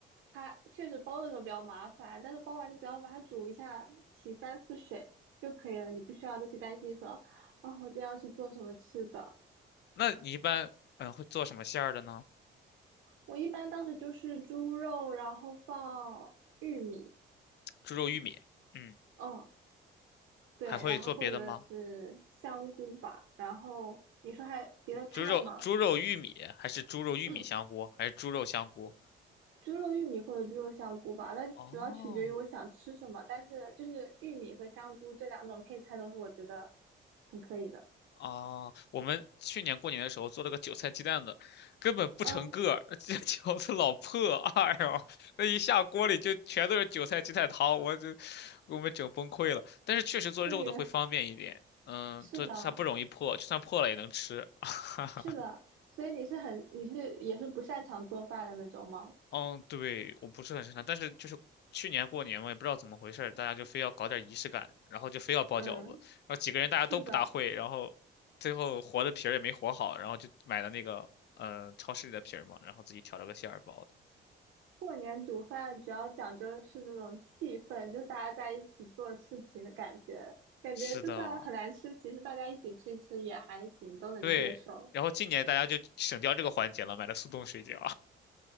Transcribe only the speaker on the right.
它确实包的时候比较麻烦，但是包完你只要把它煮一下，洗三次水就可以了，你不需要再去担心说啊，我今天要去做什么吃的。
我一般当时就是猪肉，然后放玉米，
嗯，对，
然后或者是香菇吧。然后你说还有别的菜吗？
嗯，
猪肉玉米或者猪肉香菇吧，但主要取决于我想吃什么。
但是就是玉米和香菇这两种配菜都是我觉得很可以的。
嗯，
那你们
是的，
是的，所以你是很你是也是不擅长做饭的那种吗？
嗯，
是的。
过年煮饭主要讲究的是那种气氛，就是大家在一起做事情的感觉。感觉就算很难吃，
其实大家一起吃一吃也还行，都能接受。